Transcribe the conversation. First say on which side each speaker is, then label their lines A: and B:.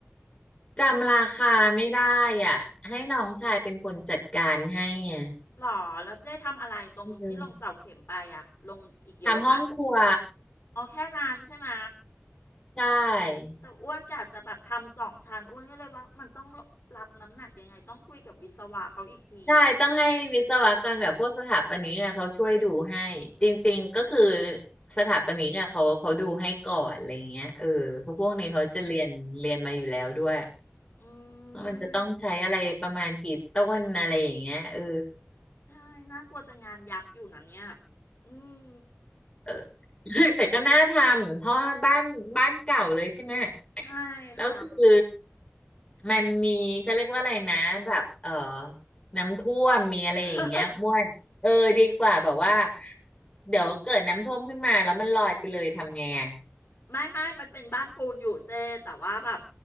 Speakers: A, on the left; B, on the left.
A: จำราคาไม่ได้อ่ะให้น้องชายเป็นคนจัดการให้ไง
B: แพหรอแล้วเจ๊ทำอะไรตรงที่ลงเสาเข็มไปอะลงอีกเยอะมะ
A: อืมทำห้องครัว
B: อ๋อแค่นั้นใช่ไหม
A: ใช่
B: แต่อ้วนกะจะแบบทำสองชั้นอ้วนก็เลยว่ามันต้องรับน้ำหนักยังไงต้องคุยกับวิศวะเขาอีกทีอะ
A: ใช่ต้องให้วิศวกรกับพวกสถาปนิกอะเขาช่วยดูให้จริงๆก็คือสถาปนิกอะเขาเขาดูให้ก่อนอะไรเงี้ยเออเพราะพวกนี้เขาจะเรียนเรียนมาอยู่แล้วด้วย
B: อืมอื
A: ว่ามันจะต้องใช้อะไรประมาณกี่ต้นอะไรอย่างเงี้ยเออ
B: มใช่น่ากลัวจะงานยักษ์อยู่นะเนี่ยอืม
A: เออ <laughs> แต่ก็น่าทำเพราะว่าบ้านบ้านเก่าเลยใช่ไหม
B: ใช่ครับ
A: แล้วคือมันมีเขาเรียกว่าอะไรนะแบบเออน้ำท่วมมีอะไรอย่างเงี้ยอ้วนเออดีกว่าแบบว่า
B: <laughs>
A: เดี๋ยวเกิดน้ำท่วมขึ้นมาแล้วมันลอยไปเลยทำไงอ่ะ
B: ไม่ไม่ มันเป็นบ้านปูนอยู่เจ้แต่ว่าแบบ